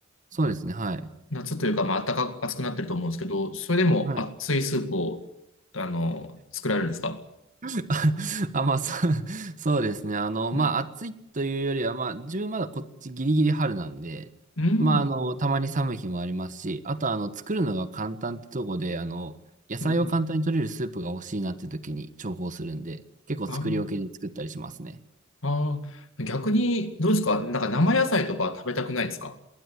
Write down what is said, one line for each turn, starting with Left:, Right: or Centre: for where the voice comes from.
Right: そうですね。はい。
Left: 夏というか、まあ、暖かく、暑くなってると思うんですけど、それでも熱いスープを、
Right: はい
Left: あの、作られるんですか
Right: <laughs> あ、まあ、そう、<laughs> そうですね。あの、
Left: うん。
Right: まあ、暑いというよりは、まあ、自分まだこっちギリギリ春なんで、
Left: うん。
Right: まあ、あの、たまに寒い日もありますし、あと、あの、作るのが簡単ってとこで、あの、野菜を簡単に取れるスープが欲しいなって時に重宝するんで、
Left: うん。
Right: 結構作り置きで作ったりしますね。
Left: ああ。ああ。逆に、どうですかなんか生野菜とか食べたくないですか